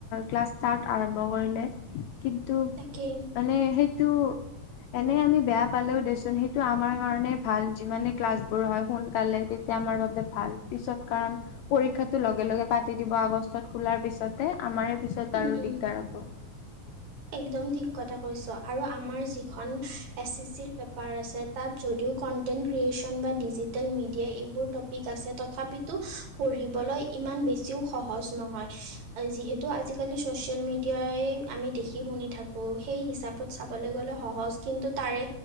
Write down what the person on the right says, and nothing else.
তাকেই
<inaudible>
উম
উম
একদম ঠিক কথা কৈছ আৰু আমাৰ যিখন এছি চিৰ পেপাৰ আছে তাত যদিও- কণ্টেণ্ট ক্ৰীয়েচন বা ডিজিটেল মিডিয়া এইবোৰ তপিক আছে তথাপিটো পঢ়িবলৈ- ইমান বেছিও সহজ নহয়। যিহেতু আজিকালি ছ'চিয়েল মিডিয়াই আমি দেখি শুনি থাকো সেই হিচাপত চাবলৈ গ'লে সহজ কিন্তু তাৰে